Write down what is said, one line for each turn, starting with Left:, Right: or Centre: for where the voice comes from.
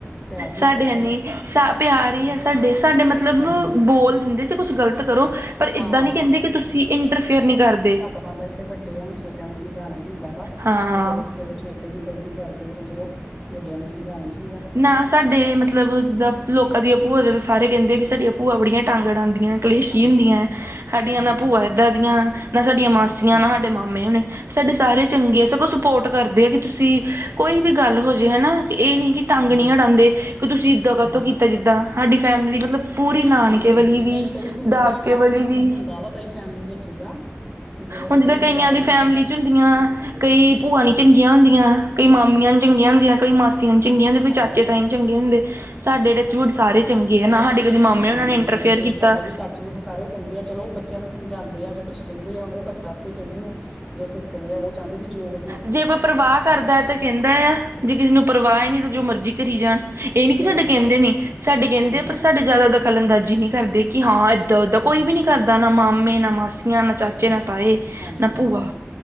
Centre: ਪਿਆਰ ਹੋਣਾ
Right: ਸਾਡੇ
Centre: ਚਾਹੀਦਾ
Right: ਹੈਨੀ
Centre: ਵਾ
Right: ਸਾ, ਪਿਆਰ ਹੀ
Centre: ਹਾਂਜੀ
Right: ਹੈ, ਸਾਡੇ ਸਾਡੇ ਮਤਲਬ
Centre: ਹਾਂਜੀ ਹਾਂਜੀ
Right: ਬੋਲ ਦਿੰਦੇ। ਕੁਛ ਗ਼ਲਤ ਕਰੋ, ਪਰ
Centre: ਹਾਂ
Right: ਇੱਦਾਂ ਨੀ ਕਹਿੰਦੇ, ਕਿ ਤੁਸੀਂ ਇੰਟਰਫੇਅਰ ਨਹੀਂ ਕਰਦੇ।
Centre: ਬੰਦਾ ਜਿਹੜੇ ਵੱਡੇ ਆ, ਉਹਨ ਛੋਟਿਆਂ ਨੂੰ, ਸਮਝਾਉਣਾ ਹੀ ਹੁੰਦਾ ਵਾ ਤੇ,
Right: ਹਾਂ
Centre: ਚਲੋ ਕਿਸੇ ਵੇਲੇ ਛੋ। ਵੀ ਗਲਤੀ ਕਰਦੇ ਤੇ, ਚਲੋ ਵੱਡਿਆਂ ਨੇ ਸਮਝਾਉਣੇ ਸੀ।
Right: ਨਾ, ਸਾਡੇ ਮਤਲਬ, ਜਿੱਦਾਂ ਲੋਕਾਂ, ਦੀਆਂ ਭੂਆ ਜਦੋਂ ਸਾਰੇ ਕਹਿੰਦੇ ਆ, ਕਿ ਸਾਡੀਆਂ ਭੂਆ ਬੜੀਆਂ ਟੰਗ ਅੜਾਂਦੀਆਂ। ਕਲੇਸ਼ੀ
Centre: ਹਾਂਜੀ
Right: ਹੁੰਦੀਆਂ
Centre: ਹਾਂਜੀ
Right: ਹੈ, ਸਾਡੀਆਂ
Centre: ਹਾਂ
Right: ਨਾ
Centre: ਹਾਂ
Right: ਭੂਆ ਏਦਾਂ, ਦੀਆਂ ਨਾ ਸਾਡੀਆਂ ਮਾਸੀਆਂ,
Centre: ਹਾਂਜੀ
Right: ਨਾ ਸਾਡੇ ਮਾਮੇ ਹੋਣੇ। ਸਾਡੇ ਸਾਰੇ ਚੰਗੇ ਆ, ਸਗੋਂ ਸਪੋਰਟ ਕਰਦੇ ਆ, ਕਿ ਤੁਸੀਂ ਕੋਈ ਵੀ ਗੱਲ ਹੋ ਜਾਵੇ, ਹੈਨਾ, ਕਿ ਇਹ ਨਹੀਂ ਕਿ। ਟੰਗ
Centre: ਹਾਂਜੀ
Right: ਨਹੀਂ
Centre: ਹਾਂ
Right: ਹਟਾਉਂਦੇ, ਕਿ ਤੁਸੀਂ ਇੱਦਾਂ ਕਤੋਂ
Centre: ਹਾਂ
Right: ਕੀਤਾ, ਜਿੱਦਾਂ ਸਾਡੀ ਫੈਮਿਲੀ ਮਤਲਬ। ਪੂਰੀ ਨਾਨਕੇ
Centre: ਹਾਂਜੀ ਹਾਂਜੀ
Right: ਵਾਲੀ ਵੀ,
Centre: ਨਹੀਂ ਕਈ ਹੁੰਦੇ
Right: ਦਾਗਕੇ
Centre: ਕਈ ਫੈਮਿਲੀ
Right: ਵਾਲੀ
Centre: ਹੁੰਦਾ
Right: ਵੀ।
Centre: ਵਾ ਕਈ ਫੈਮਿਲੀ ਵਿੱਚ ਏਦਾਂ ਵੀ ਚਲੋ ਕਿਸੇ
Right: ਹੁਣ ਜਿੱਦਾਂ,
Centre: ਨੂੰ
Right: ਕਈਆਂ
Centre: ਹੁੰਦਾ ਵਾ
Right: ਦੀ
Centre: ਵੀ
Right: ਫੈਮਲੀ
Centre: ਮਤਲਬ
Right: 'ਚ ਹੁੰਦੀਆਂ, ਕਈ ਭੂਆ
Centre: ਹਾਂਜੀ
Right: ਨਹੀਂ ਚੰਗੀਆਂ ਹੁੰਦੀਆਂ। ਕਈ, ਮਾਮੀਆਂ
Centre: ਹਾਂ ਹਾਂ
Right: ਚੰਗੀਆਂ, ਹੁੰਦੀਆਂ, ਕਈ ਮਾਸੀ। ਚੰਗੇ ਹੁੰਦੇ, ਕੋਈ
Centre: ਹਾਂਜੀ
Right: ਚਾਚੇ ਤਾਈ ਚੰਗੇ ਹੁੰਦੇ, ਸਾਡੇ ਤਾਂ ਝੂਠ ਸਾਰੇ ਚੰਗੇ ਹੈ ਨਾ ਸਾਡੇ। ਕਦੀ
Centre: ਹਾਂਜੀ
Right: ਮਾਮੇ ਉਹਨਾਂ
Centre: -ਹਾਂਜੀ,
Right: ਨੇ ਇੰਟਰਫੇਅਰ
Centre: ਵੀ
Right: ਕੀਤਾ
Centre: ਸਾਡੇ ਵੀ ਟੱਚ। ਉਹ ਤਾਂ ਸਾਰੇ ਚੰਗੇ ਆ, ਚਲੋ ਉਹ ਬੱਚਿਆਂ ਨੂੰ ਸਮਝਾਉਦੇ ਆ, ਜੋ ਕੁਛ ਕਹਿੰਦੇ ਆ, ਉਹਨਾਂ ਦੇ ਵਾਸਤੇ ਹੀ ਕਹਿੰਦੇ ਆ। ਜੇ ਝਿੜਕਦੇ ਆ, ਉਹ ਚਾਹੁੰਦੇ ਵੀ ਜੋਗ।
Right: ਜੇ ਕੋਈ ਪ੍ਰਵਾਹ ਕਰਦਾ ਹੈ, ਤਾਂ ਕਹਿੰਦਾ ਆ, ਜੇ ਕਿਸੇ ਨੂੰ ਪਰਵਾਹ ਨਹੀਂ, ਤਾਂ ਜੋ ਮਰਜ਼ੀ ਕਰੀ ਜਾਣ। ਇਹ ਨੀ, ਕਿ
Centre: ਬਸ
Right: ਸਾਡੇ ਕਹਿੰਦੇ
Centre: ਬਸ
Right: ਨੀ। ਸਾਡੇ ਕਹਿੰਦੇ
Centre: ਹਾਂਜੀ
Right: ਆ,
Centre: ਹਾਂਜੀ
Right: ਪਰ ਸਾਡੇ ਜ਼ਿਆਦਾ ਦਖਲ ਅੰਦਾਜ਼ੀ ਨਹੀਂ ਕਰਦੇ, ਕਿ ਹਾਂ ਏਦਾਂ, ਓਦਾਂ
Centre: ਹਾਂ
Right: ਕੋਈ
Centre: ਹਾਂ
Right: ਵੀ ਨੀ ਕਰਦਾ, ਨਾ ਮਾਮੇ ਨਾ ਮਾਸੀ। ਨਾ ਚਾਚੇ, ਨਾ ਤਾਏ
Centre: ਹਾਂਜੀ
Right: ਨਾ,
Centre: ਹਾਂਜੀ
Right: ਭੂਆ